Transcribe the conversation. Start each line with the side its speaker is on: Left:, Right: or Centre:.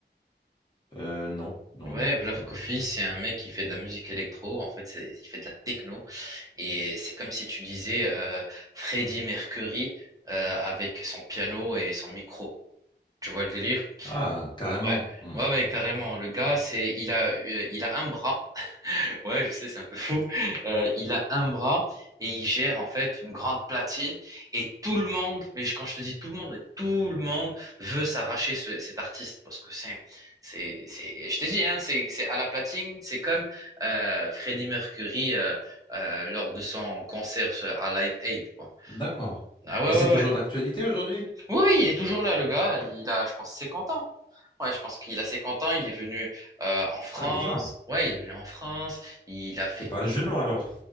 Left: Euh, non, non,
Right: Ouais,
Left: non,
Right: Black
Left: non.
Right: Coffee, c'est un mec qui fait de la musique électro. En fait, c'est- il fait de la techno. Et c'est comme si tu disais euh, Freddie Mercury euh, avec son piano et son micro. Tu vois le délire?
Left: Ah, carrément.
Right: Ouais,
Left: Hmm.
Right: ouais, ouais, carrément. Le gars, c'est, il a, euh, il a un bras. Ouais, je sais, c'est un peu <laughs> fou. Euh, il a un bras et il gère en fait une grande platine. Et tout le monde, mais je- quand je te dis tout le monde, mais tout le monde veut s'arracher ce- cet artiste parce que c'est, c'est, c'est, je te dis, hein, c'est, c'est à la platine, c'est comme euh, Freddie Mercury euh, euh, lors de son concert euh, à Live Aid, quoi.
Left: D'accord.
Right: Ah ouais,
Left: Et c'est
Right: ouais,
Left: toujours
Right: ouais.
Left: d'actualité aujourd'hui?
Right: Oui, oui, il est toujours là, le gars. Il a, je pense, 50 ans. Ouais, je pense qu'il a 50 ans. Il est venu euh, en France.
Left: Ah, déjà.
Right: Ouais, il est venu en France. Il a fait
Left: C'est pas
Right: tout
Left: un genou alors.